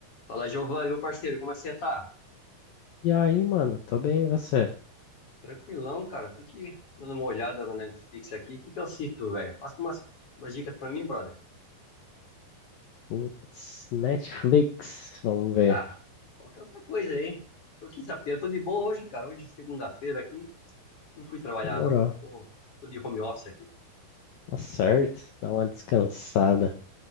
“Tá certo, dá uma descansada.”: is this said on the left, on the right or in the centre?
Left